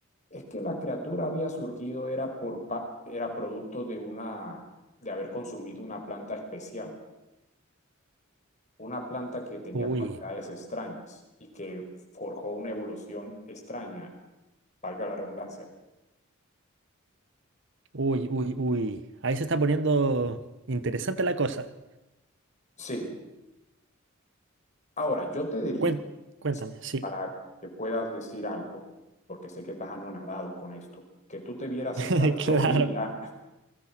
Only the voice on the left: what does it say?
es que la criatura había surgido era, por, era producto de, una, de haber consumido una planta especial, una planta que tenía
cualidades extrañas y que forjó una evolución extraña, valga la redundancia.
Sí, ahora yo te diría,
para que puedas decir algo, porque sé que estás anonadado con esto, que tú te vieras
esta
teoría